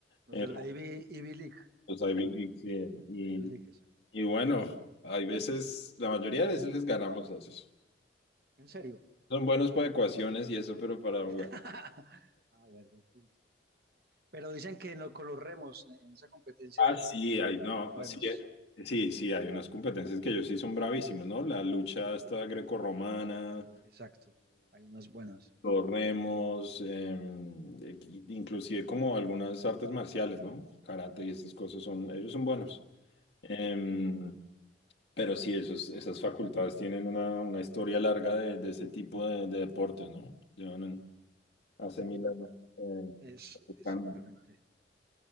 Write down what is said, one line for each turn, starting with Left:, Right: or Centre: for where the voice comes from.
Right: Los
Left: eh,
Right: de la Ivy, Ivy League.
Left: los Ivy Leagues, sí. Y,
Right: Ivy League, exacto.
Left: y bueno, hay veces, la mayoría de veces les ganamos a esos.
Right: ¿En serio?
Left: Son buenos para ecuaciones y eso, pero para jugar.
Right: <laughs> Ah, bueno, buen punto. Pero dicen que no, con los remos eh, en esa competencia
Left: Ah,
Right: eh,
Left: sí, hay, no,
Right: son buenos.
Left: sí, eh, sí, sí, hay unas competencias que ellos sí son bravísimos, ¿no? La lucha esta grecorromana,
Right: Exacto. Hay unas buenas.
Left: los remos, em, e- inclusive como algunas artes marciales, ¿no? Karate y esas cosas son, ellos son buenos. Em, pero sí, esos, esas facultades tienen una, una historia larga de, de ese tipo de, de deportes, ¿no? Llevan en- hace mil años eh,
Right: Es
Left: practicando.
Right: exactamente.